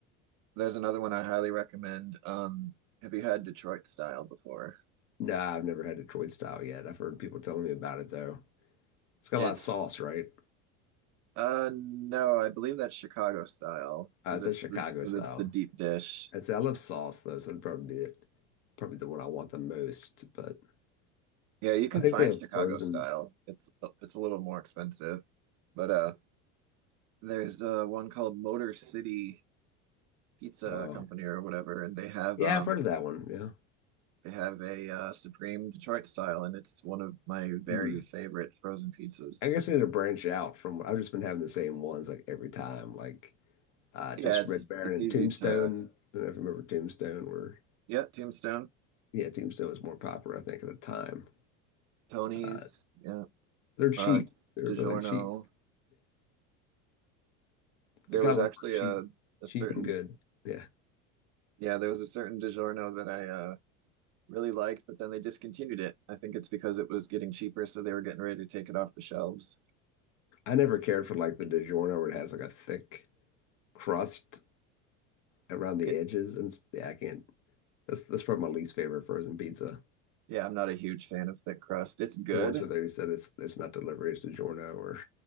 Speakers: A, on the right; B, on the left.
A: There's another one I highly recommend. Um, have you had Detroit style before?
B: Nah, I've never had Detroit style yet. I've heard people telling me about it though. It's got
A: It's
B: a lot of sauce, right?
A: uh no, I believe that's Chicago style
B: Uh,
A: because
B: it's
A: it's
B: a Chicago
A: the because
B: style.
A: it's the deep dish.
B: I'd say I love sauce though, so that'd probably be it. Probably the one I want the most. But
A: Yeah, you can
B: I think
A: find
B: they have
A: Chicago
B: frozen.
A: style. It's it's a little more expensive, but uh, there's uh one called Motor City Pizza
B: Uh,
A: Company or whatever, and they have
B: yeah,
A: um
B: I've heard of that one. Yeah.
A: they have a uh, Supreme Detroit style, and it's one of my very
B: Hmm.
A: favorite frozen pizzas.
B: I guess I need to branch out from. I've just been having the same ones like every time, like uh,
A: Yeah,
B: just
A: it's
B: Red Baron
A: it's
B: and
A: easy
B: Tombstone.
A: to
B: I don't know if you remember Tombstone, where
A: yeah, Tombstone.
B: yeah, Tombstone was more popular, I think, at the time.
A: Tony's,
B: Uh,
A: yeah,
B: they're cheap.
A: uh,
B: They're
A: DiGiorno.
B: really cheap. <laughs>
A: There
B: I kind
A: was
B: of
A: actually
B: look for cheap,
A: a a
B: cheap
A: certain
B: and good. Yeah.
A: yeah, there was a certain DiGiorno that I uh, really liked, but then they discontinued it. I think it's because it was getting cheaper, so they were getting ready to take it off the shelves.
B: I never cared for like the DiGiorno where it has like a thick crust around the
A: Yeah,
B: edges and s- yeah, I can't. That's that's probably my least favorite frozen pizza.
A: yeah, I'm not a huge fan of thick crust. It's good.
B: The ones where they said it's it's not delivery, it's DiGiorno or